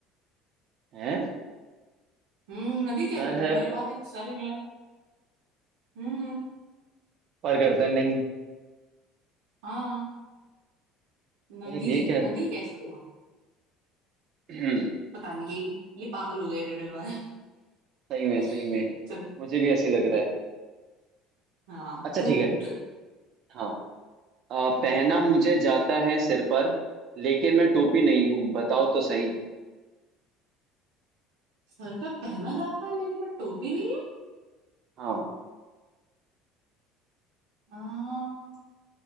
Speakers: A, on the right (about 50°); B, on the right (about 85°).
A: है
B: हम्म नदी कैसे
A: सर
B: होता है
A: है
B: मेरे
A: पर
B: पास एक सर है हम्म
A: पर गर्दन नहीं
B: हाँ नदी
A: यार ये क्या
B: नदी कैसे हुआ
A: है <clears throat>
B: पता नहीं ये ये पागल हो गया रिडल वाला
A: सही में
B: <laughs>
A: सही में
B: चल
A: मुझे भी ऐसे लग रहा है
B: हाँ
A: अच्छा
B: तू
A: ठीक
B: पूछ
A: है
B: चल
A: हाँ अ, पहना मुझे जाता है सिर पर लेकिन मैं टोपी नहीं हूँ बताओ तो सही
B: सर पे पहना जाता है लेकिन मैं टोपी नहीं हूँ
A: हाँ
B: हाँ,